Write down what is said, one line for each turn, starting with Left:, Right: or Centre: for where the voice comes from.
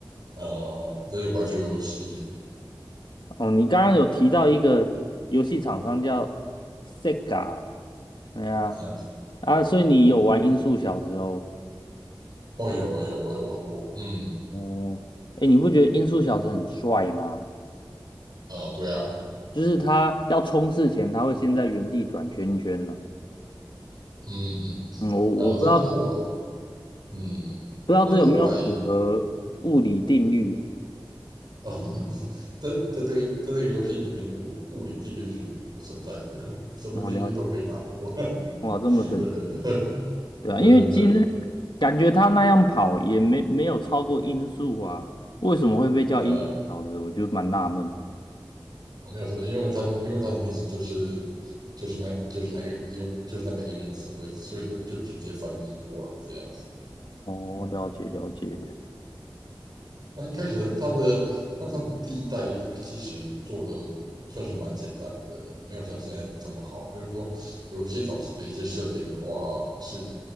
Right: 呃，这些怀旧游戏，
Left: 哦，你刚刚有提到一个游戏厂商叫 Sega，哎呀，
Right: 嗯、
Left: 啊，所以你有玩《音速小子》哦。
Right: 哦，有有我有玩过，嗯，
Left: 哦，诶，你不觉得《音速小子》很帅吗？
Right: 啊、对啊，
Left: 就是他要冲刺前，他会先在原地转圈圈呢、
Right: 嗯
Left: 嗯，我我不知道不
Right: 嗯，啊，这是后来，嗯，
Left: 知道这有没有符合物理定律啊？
Right: 这是后来哦，<laughs> 在在这个在这个游戏里面，物物理定律是不存在的，<laughs> 什么定律都可以打破。
Left: 我了解
Right: <laughs>
Left: 哇，这么神奇。
Right: 对
Left: 对啊，
Right: 对对对，
Left: 因为嗯其实感觉他那样跑也没没有超过音速啊，为什么会被叫音速小子？
Right: 呃，
Left: 我就蛮纳闷。
Right: 我没有说的，因为它的因为它的名字就是就是那就是那个用就是那个英文词汇，所以就就直接翻译过来这样子。
Left: 哦，了解了解。
Right: 那一开始他的那他的第一代其实做的算是蛮简单的，没有像现在这么好。就是说，有一些早期的一些设定的话，是